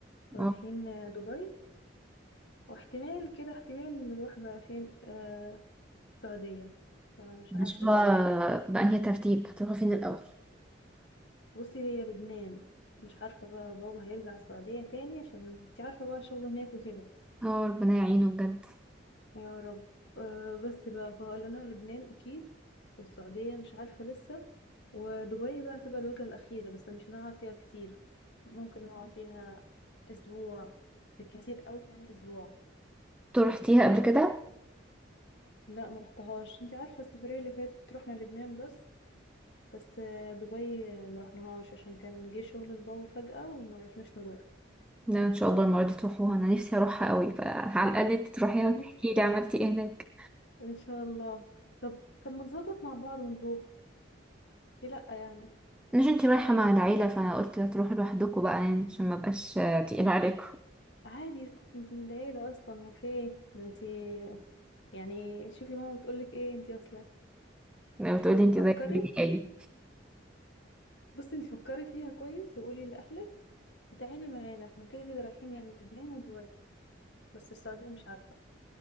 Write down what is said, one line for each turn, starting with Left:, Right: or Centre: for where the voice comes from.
Left: رايحين
Centre: اه
Left: آه، دبي واحتمال كده احتمال نروح بقى فين آه السعودية فمش
Centre: مش
Left: عارفة لسه
Centre: هو بأنهي ترتيب هتروحوا فين الأول؟
Left: بصي هي لبنان مش عارفة بقى بابا هيرجع السعودية تاني عشان انتي عارفة بقى الشغل هناك وكده
Centre: اه ربنا يعينه بجد
Left: يا رب أه بس بقى فقال لنا لبنان اكيد والسعودية مش عارفة لسه ودبي بقى هتبقى الوجهة الأخيرة بس مش هنقعد فيها كتير ممكن نقعد فيها أسبوع بالكتير أوي يعني أسبوع
Centre: انتوا رحتيها قبل كده؟
Left: لا ما رحتهاش انت عارفة السفرية اللي فاتت رحنا لبنان بس بس آه، دبي آه، ما رحناهاش عشان كان جه شغل البابا فجأة وما عرفناش نروح
Centre: لا ان شاء الله المرة دي تروحوها انا نفسي اروحها قوي فعلى الأقل انتي تروحيها
Left: <laughs>
Centre: وتحكي لي عملتي ايه هناك
Left: ان شاء الله طب طب ما نظبط مع بعض ونروح ليه لا يعني
Centre: مش انتي رايحة مع العيلة فانا قلت هتروحوا لوحدكم بقى يعني عشان ما بقاش تقيل عليكم
Left: عادي يا ستي انتي من العيلة اصلا هو في ايه ده انتي يعني شوفي ماما بتقولك ايه انتي اصلا
Centre: لو تقولي انتي
Left: فكري
Centre: زي بيقولي ايه
Left: بصي انتي فكري فيها كويس وقولي لأهلك وتعالي معانا احنا كده كده رايحين يعني لبنان ودبي بس السعودية مش عارفة